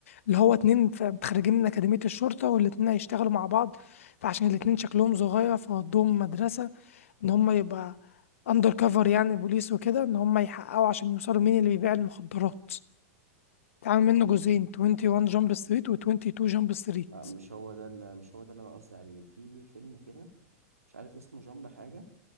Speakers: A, on the left (about 60°); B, on the right (about 80°).
A: اللي هو اتنين ف- متخرجين من اكاديميه الشرطه والاتنين هيشتغلوا مع بعض فعشان الاتنين شكلهم صغير فودوهم مدرسه ان هم يبقى اندر كفر يعني بوليس وكده ان هم يحققوا عشان يوصلوا مين اللي بيبيع المخدرات اتعمل منه جزئين 21 جامب ستريت و22 جامب ستريت
B: لا مش هو ده اللي مش هو ده اللي انا قصدي عليه في فيلم كده مش عارف اسمه جامب حاجه